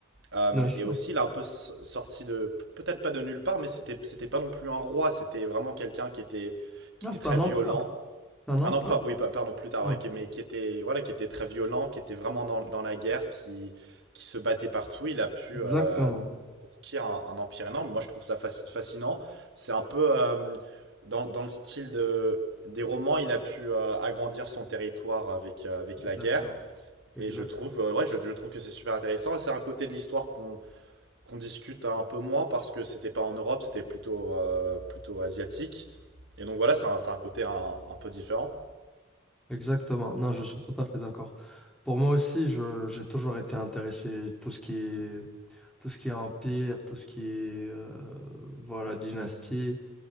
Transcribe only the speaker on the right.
Euh,
et aussi, il a un peu s- sorti de, peut-être pas de nulle part, mais c'était, c'était pas non plus un roi, c'était vraiment quelqu'un qui était, qui
était
très
violent
un empereur, oui, pa- pardon, plus tard,
ouais, qui- mais qui était, voilà, qui était très violent, qui était vraiment dans, dans la guerre, qui, qui se battait partout. Il a pu
euh, conquérir un, un empire énorme. Moi, je trouve ça fasc- fascinant. C'est un peu euh, dans, dans le style de, des romans, il a pu euh, agrandir son territoire avec, euh, avec
la guerre.
Et je trouve, euh, ouais, je, je trouve que c'est super intéressant. Et C'est un côté de l'histoire qu'on qu'on discute un peu moins parce que c'était pas en Europe, c'était plutôt, euh, plutôt asiatique. Et donc voilà, c'est un, c'est un côté un, un peu différent.